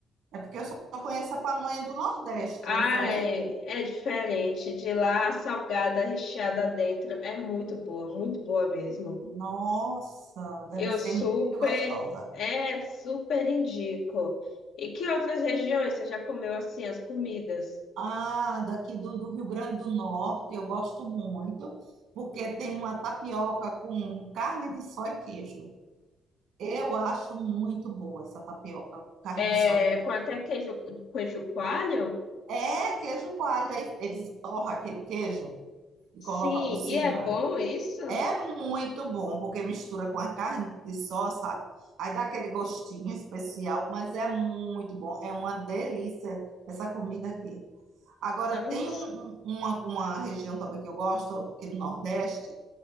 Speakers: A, on the right (about 80°); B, on the left (about 75°).
A: É porque eu só conheço a pamonha do Nordeste.
B: Ai,
A: É diferente?
B: é é diferente. De lá, a salgada recheada dentro é muito boa, muito boa mesmo.
A: Nossa, deve
B: Eu
A: ser
B: super,
A: muito gostosa.
B: é, super indico. E que outras regiões você já comeu assim as comidas?
A: Ah, daqui do, do Rio Grande do Norte, eu gosto muito, porque tem uma tapioca com carne de só e queijo. Eu acho muito boa essa tapioca, carne
B: É,
A: de só e queijo.
B: com até queijo, queijo coalho?
A: É queijo coalho, aí eles torram aquele queijo e
B: Sim,
A: colocam por cima.
B: e é bom isso?
A: É muito bom, porque mistura com a carne de só, sabe? Aí dá aquele gostinho especial, mas é muito bom. É uma delícia essa comida aqui. Agora,
B: Não.
A: tem um- um- uma, uma região também que eu gosto, que no Nordeste,